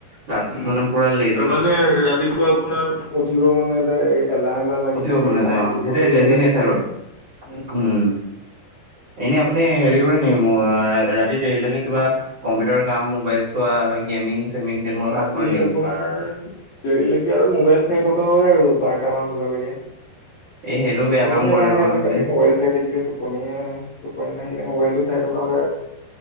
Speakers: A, on the right (about 75°); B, on the left (about 60°).
A: গাত
B: উম
A: মানে পুৰা লে
B: মানে ৰাতিপুৱা আপোনাৰ উঠিব মন নাযায় এলাহ এলাহ লাগি
A: উঠিব
B: থাকে
A: মন নাযায়
B: গাত।
A: অ
B: দুৰ্বল
A: সেইটোৱে
B: দুৰ্বল
A: লেজিনেচ
B: লাগি থাকে,
A: আৰু
B: উম।
A: উম, এনেই আপুনি হেৰি কৰে নেকি অঁ ৰাতি দেৰিলৈকে কিবা কম্পিউটাৰ কাম, মোবাইল চোৱা, গেমিং চেমিং তেনেকুৱা
B: ৰাতি
A: কাম কৰে নেকি
B: আপোনাৰ দেৰিলৈকে আৰু মোবাইল চাই থকা হয় আৰু বাৰটামান বজালৈকে।
A: এই সেইটো
B: টোপনিয়ে
A: বেয়া কাম কৰে
B: নাহে
A: নহয়
B: আজিকালি
A: আপুনি
B: মোবাইল চাই থাকিলেটো। টোপনিয়ে নাহে, টোপনি নাহিলে মোবাইলটো চাই থকা হয় আৰু।